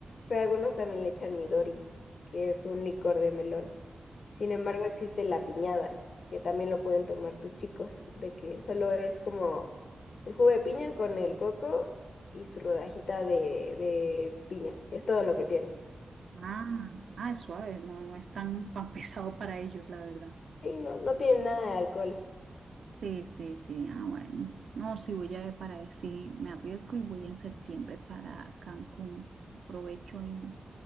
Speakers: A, on the left (about 80°); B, on the right (about 80°).
A: pero algunos también le echan Midori, que es un licor de melón. Sin embargo,
B: Mm.
A: existe la piñada, que también lo pueden tomar tus chicos, de que solo es como el jugo de piña con el coco y su rodajita de, de piña. Es todo lo que tiene.
B: Ah, ah, es suave, no, no es tan, tan <laughs> pesado para ellos, la verdad.
A: Y no, no tiene nada de alcohol.
B: Sí, sí, sí, ah, bueno. No, sí, voy a ver para ver si me arriesgo y voy en septiembre para Cancún. Aprovecho y,